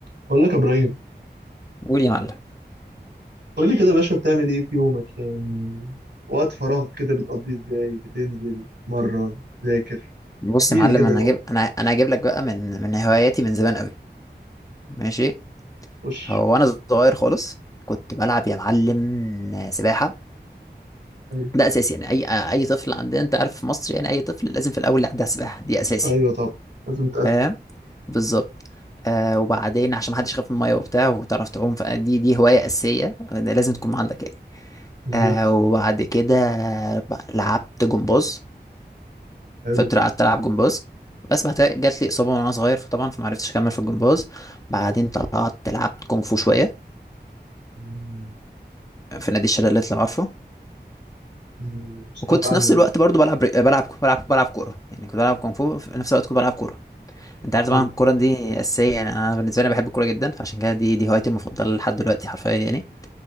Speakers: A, on the right; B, on the left.
A: بقول لك يا ابراهيم
B: قول يا معلم
A: قول لي كده يا باشا بتعمل ايه في يومك يعني وقت فراغك كده بتقضيه ازاي بتنزل تمرن تذاكر
B: بص
A: احكي
B: يا معلم
A: لي كده
B: انا
A: يوم
B: هجيب انا انا هجيب لك بقى من من هواياتي من زمان قوي ماشي
A: خش
B: هو انا صغير خالص كنت بلعب يا معلم سباحه
A: حلو
B: ده اساسي يعني اي اي طفل عندنا انت عارف في مصر يعني اي طفل لازم في الاول يعدي على السباحه دي اساسي
A: ايوه طبعا لازم تقفل
B: فاهم بالظبط آه وبعدين عشان ما حدش يخاف من الميه وبتاع وتعرف تعوم فدي دي هوايه اساسيه لازم تكون عندك يعني
A: مظبوط
B: آه وبعد كده لعبت جمباز
A: حلو
B: فقعدت العب جمباز بس بعد كده جات لي اصابه وانا صغير فطبعا فما عرفتش اكمل في الجمباز بعدين طلعت لعبت كونغ فو شويه
A: مم.
B: في نادي الشلالات لو عارفه
A: مم. سمعت
B: وكنت في
A: عنه
B: نفس الوقت
A: يعني
B: برضو بلعب بلعب بلعب بلعب كوره يعني كنت بلعب كونغ فو في نفس الوقت كنت بلعب كوره انت عارف
A: حلو
B: طبعا الكوره دي اساسيه يعني انا بالنسبه لي بحب الكوره جدا فعشان كده دي دي هوايتي المفضله لحد دلوقتي حرفيا يعني